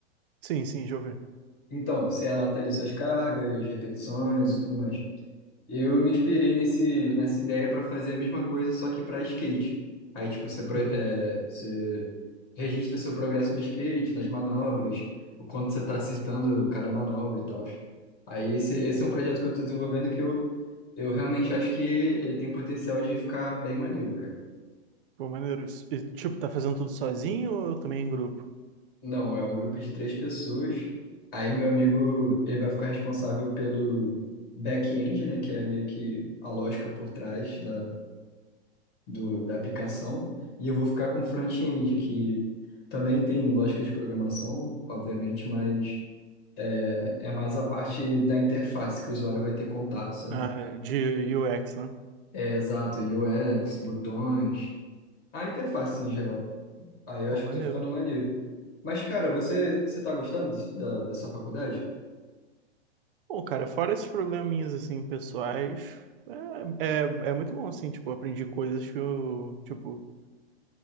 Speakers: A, on the right; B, on the left.
A: Sim, sim, já ouvi.
B: Então, você anota ali suas cargas, repetições e tudo mais. Eu me inspirei nesse, nessa ideia para fazer a mesma coisa, só que para skate. Aí, tipo, você, pro-
A: Uhum,
B: é, você registra seu progresso no skate, nas manobras, o quanto você está acertando
A: sim,
B: cada manobra e tal. Aí, esse,
A: entendi.
B: esse é um projeto que eu estou desenvolvendo que eu, eu realmente acho que ele tem potencial de ficar bem maneiro, cara.
A: Pô, maneiro. E, tipo, tá fazendo tudo sozinho ou também em grupo?
B: Não, é um grupo de três pessoas. Aí meu amigo, ele vai ficar responsável pelo back-end, né, que é meio que a lógica por trás da, do, da aplicação. E eu vou ficar com o front-end, que também tem lógica de programação, obviamente, mas é, é mais a parte da interface que o usuário vai ter contato, sabe?
A: Ah, de UX, né?
B: É, exato, UX, botões, a interface em geral. Aí eu
A: Pô,
B: acho
A: maneiro.
B: que tô ficando maneiro. Mas, cara, você, você tá gostando da, da sua faculdade?
A: Bom, cara, fora esses probleminhas, assim, pessoais, é, é, é muito bom, assim, tipo, eu aprendi coisas que eu, tipo,